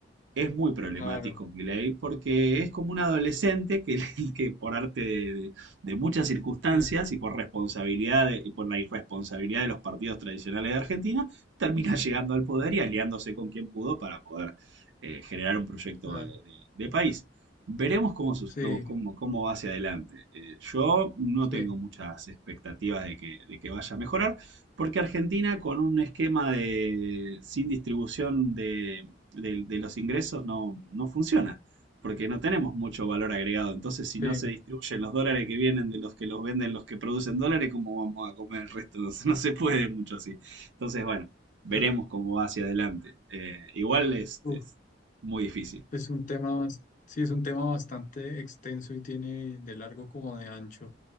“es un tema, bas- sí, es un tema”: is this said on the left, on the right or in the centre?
Left